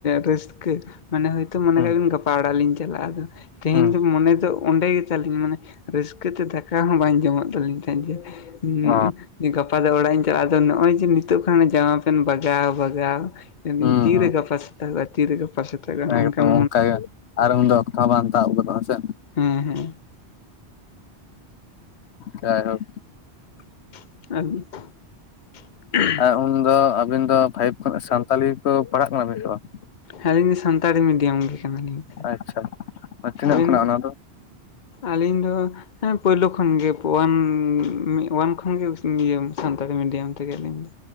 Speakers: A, on the left (about 45°); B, on the left (about 75°).
A: ᱨᱟᱹᱥᱠᱟᱹ ᱢᱟᱱᱮ ᱦᱳᱭᱛᱳ ᱢᱚᱱᱮᱵᱤᱱ
B: ᱦᱩᱸ
A: ᱜᱟᱯᱟ ᱚᱲᱟᱞᱤᱧ ᱪᱟᱞᱟᱜᱼᱟ ᱟᱫᱚ ᱛᱮᱦᱤᱧ
B: ᱦᱩᱸ
A: ᱫᱚ ᱢᱚᱱᱮ ᱫᱚ ᱚᱸᱰᱮ ᱜᱮ ᱛᱟᱞᱤᱧ ᱢᱟᱱᱮ ᱨᱟᱹᱥᱠᱟᱹ ᱛᱮ ᱫᱟᱠᱟ ᱦᱚᱸ ᱵᱟᱝ ᱡᱚᱢᱚᱜ ᱛᱟᱹᱞᱤᱧ ᱦᱩᱸ
B: ᱚ
A: ᱜᱟᱯᱟ ᱫᱚ ᱚᱲᱟᱜ ᱤᱧ ᱪᱟᱞᱟᱜᱼᱟ ᱟᱫᱚ ᱱᱚᱜᱼᱚᱭ ᱡᱮ ᱱᱤᱛᱚᱜ ᱠᱷᱚᱱ ᱡᱟᱢᱟ ᱯᱮᱱᱴ ᱵᱟᱜᱟᱣ, ᱵᱟᱜᱟᱣ ᱩᱸ
B: ᱦᱩᱸ
A: ᱛᱤᱨᱮ
B: ᱦᱩᱸ
A: ᱜᱟᱯᱟ ᱥᱮᱛᱟᱜᱚᱜᱼᱟ ᱛᱤᱨᱮ ᱜᱟᱯᱟ ᱥᱮᱛᱟᱜ ᱱᱚᱝᱠᱟᱱ
B: ᱮᱠᱫᱚᱢ ᱚᱱᱠᱟ ᱜᱮ ᱟᱨ ᱩᱱ ᱫᱚ ᱚᱠᱛᱚ ᱦᱚᱸ ᱵᱟᱝ ᱛᱟᱵ ᱜᱚᱫᱚᱜ- ᱟ ᱦᱮᱸᱥᱮ?
A: ᱦᱩᱸ ᱦᱮᱸ
B: ᱡᱟᱭ ᱦᱳᱜ
A: <unintelligible>
B: ᱟᱨ ᱩᱱᱫᱚ ᱟᱹᱵᱤᱱ ᱫᱚ ᱯᱷᱟᱭᱤᱵᱽ ᱠᱷᱚᱱᱟᱜ ᱥᱟᱱᱛᱟᱞᱤ ᱠᱚ ᱯᱟᱲᱦᱟᱜ ᱠᱟᱱᱟᱵᱤᱱ ᱥᱮ ᱵᱟᱝ?
A: ᱦᱮᱸ ᱟᱹᱞᱤᱧ ᱫᱚ ᱥᱟᱱᱛᱟᱲᱤ ᱢᱤᱰᱤᱭᱟᱢ ᱜᱮ ᱠᱟᱱᱟᱞᱤᱧ,
B: ᱟᱪᱪᱷᱟ ᱛᱤᱱᱟᱹᱜ
A: ᱟᱹᱵᱤᱱ
B: ᱠᱷᱚᱱᱟᱜ
A: ᱫᱚ?
B: ᱚᱱᱟ
A: ᱟᱹᱞᱤᱧ ᱫᱚ ᱦᱮᱸ ᱯᱳᱭᱞᱳ ᱠᱷᱚᱱ ᱜᱮ ᱳᱭᱟᱱ, ᱳᱭᱟᱱ ᱠᱷᱚᱱ ᱜᱮ ᱤᱭᱟᱹ ᱥᱟᱱᱛᱟᱲᱤ ᱢᱤᱰᱤᱭᱟᱢ ᱛᱮᱜᱮ ᱟᱹᱞᱤᱧ ᱫᱚ᱾